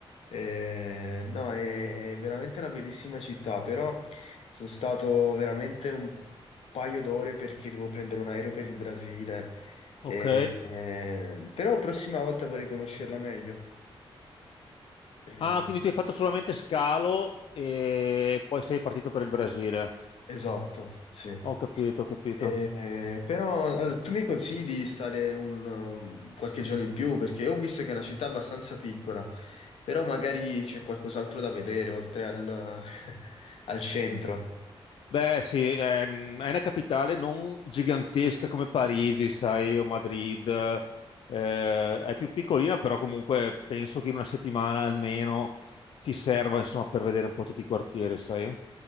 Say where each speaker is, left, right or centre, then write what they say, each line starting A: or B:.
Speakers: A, on the left (about 80°); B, on the left (about 60°).
A: Eh, no, è, è veramente una bellissima città, però sono stato veramente un paio d'ore perché devo prendere un aereo per il Brasile. Eh,
B: Ok.
A: eh, però prossima volta vorrei conoscerla meglio. Eh,
B: Ah, quindi tu hai fatto solamente scalo e poi sei partito per il Brasile.
A: Esatto, sì. Mm.
B: Ho capito, ho capito.
A: Eh, però allora, tu mi consigli di stare un, um, qualche giorno in più perché ho visto che è una città abbastanza piccola, però magari c'è qualcos'altro da vedere oltre al, <laughs> al centro.
B: Beh, sì, è, è una capitale non gigantesca come Parigi, sai, o Madrid, eh, è più piccolina, però comunque penso che in una settimana almeno ti serva, insomma, per vedere un po' tutti i quartieri, sai?